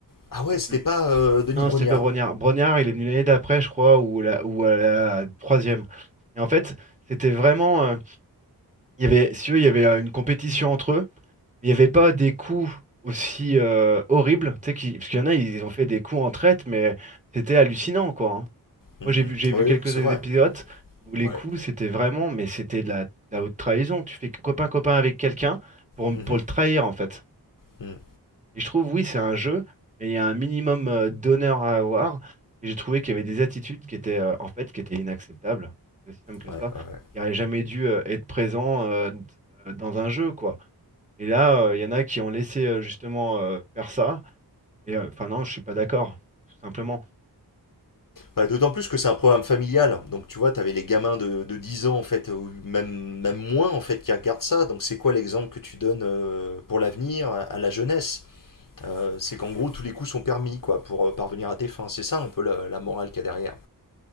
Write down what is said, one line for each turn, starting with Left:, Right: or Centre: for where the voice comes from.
Left: Ah ouais,
Right: Le-
Left: c'était
Right: le-
Left: pas euh, Denis
Right: Non,
Left: Brognard.
Right: c'était pas Brognard. Brognard, il est venu l'année d'après, je crois, ou, la, ou à la troisième. Et en fait, c'était vraiment, euh, il y avait, si tu veux, il y avait euh, une compétition entre eux. Il n'y avait pas des coups aussi euh, horribles, tu sais, qui- parce qu'il y en a, ils ont fait des coups en traite, mais c'était hallucinant, quoi. hein.
Left: Hmm.
Right: Moi, j'ai vu, j'ai vu
Left: Oui,
Right: quelques
Left: oui, c'est vrai.
Right: épisodes où les
Left: Ouais.
Right: coups, c'était vraiment, mais c'était de la, de la haute trahison. Tu fais copain-copain avec quelqu'un pour,
Left: Mhm.
Right: pour le trahir, en fait.
Left: Hmm.
Right: Et je trouve, oui, c'est un jeu, mais il y a un minimum euh, d'honneur à avoir. Et j'ai trouvé qu'il y avait des attitudes qui étaient, euh, en fait, qui étaient inacceptables. C'est aussi simple que
Left: Ouais,
Right: ça.
Left: ouais.
Right: Qui n'auraient jamais dû euh, être présents euh, d- euh, dans un jeu, quoi. Et là, euh, il y en a qui ont laissé, euh, justement, euh, faire ça. Et, euh, enfin, non, je suis pas d'accord, tout simplement.
Left: Bah, d'autant plus que c'est un programme familial. Donc tu vois, t'avais les gamins de, de 10 ans en fait, ou même, même moins en fait, qui regardent ça. Donc c'est quoi l'exemple que tu donnes euh, pour l'avenir à, à la jeunesse? Euh, c'est qu'en gros, tous les coups sont permis quoi, pour euh, parvenir à tes fins. C'est ça un peu la, la morale qu'il y a derrière.